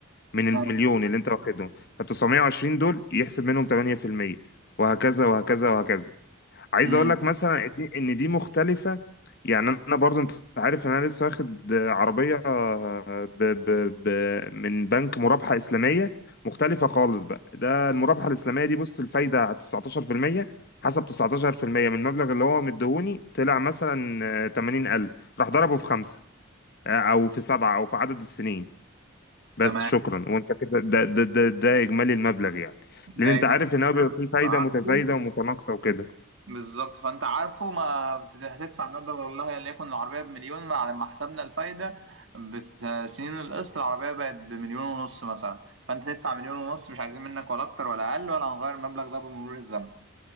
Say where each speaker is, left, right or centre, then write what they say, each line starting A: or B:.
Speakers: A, on the left (about 50°); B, on the right (about 65°).
A: من المليون
B: آه.
A: اللي انت واخدهم ف 920 دول يحسب منهم 8% وهكذا وهكذا وهكذا عايز
B: مم.
A: اقول لك مثلا ان دي إن دي مختلفة يعني انا برضو انت عارف ان انا لسه واخد عربية ب ب ب من بنك مرابحة اسلامية مختلفة خالص بقى ده المرابحة الاسلامية دي بص الفايدة على 19% حسب 19% من المبلغ اللي هو مديهوني طلع مثلا 80000 راح ضربه في خمسة او في سبعة او في عدد السنين بس
B: تمام
A: شكرا وانت كده ده ده ده, ده اجمالي المبلغ يعني لان
B: ده
A: انت
B: إجمالي
A: عارف
B: المبلغ
A: ان هو بيبقى فيه
B: تبقى
A: فايدة متزايدة
B: عارفه
A: ومتناقصة وكده
B: بالظبط فانت عارفه ما بت- هتدفع مبلغ والله ان يكون العربيه بمليون بعد ما حسبنا الفايده بسنين القسط العربيه بقت بمليون ونص مثلا فانت تدفع مليون ونص مش عايزين منك ولا اكتر ولا اقل ولا هنغير المبلغ ده بمرور الزمن